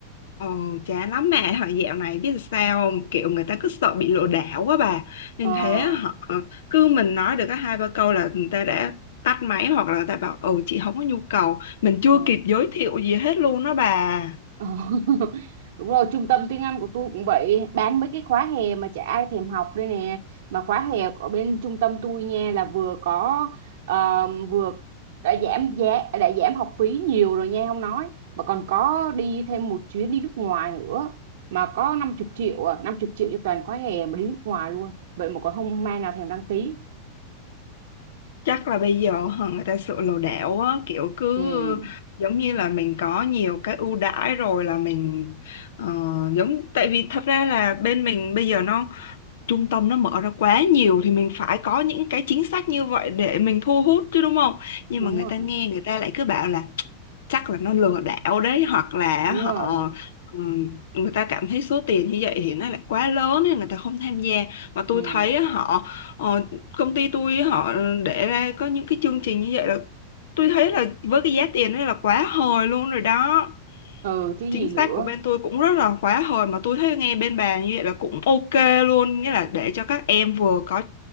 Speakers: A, on the left (about 60°); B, on the right (about 55°).
A: Ờ, chán lắm mẹ thằng dạo này biết sao không? kiểu người ta cứ sợ bị lừa đảo quá bà nên
B: ờ
A: thế họ ờ, cứ mình nói được cái hai ba câu là người ta đã tắt máy hoặc là người ta bảo ừ chị không có nhu cầu mình chưa
B: ờ.
A: kịp giới thiệu gì hết luôn đó bà
B: Ờ, <laughs> Đúng rồi, trung tâm tiếng Anh của tôi cũng vậy, bán mấy cái khóa hè mà chả ai thèm học đây nè. Mà khóa hè ở bên trung tâm tôi nha là vừa có ờ, vừa đã giảm giá đã giảm học phí nhiều rồi nha không nói, mà còn có đi thêm một chuyến đi nước ngoài nữa mà có 50 triệu à, 50 triệu cho toàn khóa hè mà đi nước ngoài luôn. Vậy mà còn không ai nào thèm đăng ký.
A: chắc là bây giờ hả, người ta sợ lừa đảo á kiểu cứ
B: Ừ,
A: giống như là mình có nhiều cái ưu đãi rồi là mình ờ, giống tại vì thật ra là bên mình bây giờ nó trung tâm nó mở ra quá nhiều thì mình phải có những cái chính sách như vậy để mình thu hút chứ đúng không? Nhưng
B: đúng
A: mà người
B: rồi,
A: ta nghe người ta lại cứ bảo là chắc là nó lừa đảo đấy hoặc là
B: đúng
A: họ
B: rồi.
A: ừm, người ta cảm thấy số tiền như vậy thì nó lại quá lớn nên người ta không tham gia mà
B: Ừ,
A: tôi thấy á, họ ờ, công ty tôi họ để ra có những cái chương trình như vậy là tôi thấy là với cái giá tiền đó là quá hời luôn rồi đó
B: ừ chứ gì
A: chính
B: nữa.
A: sách của bên tôi cũng rất là khóa hồi mà tôi thấy nghe bên bà như vậy là cũng ok luôn nghĩa là để cho các em vừa có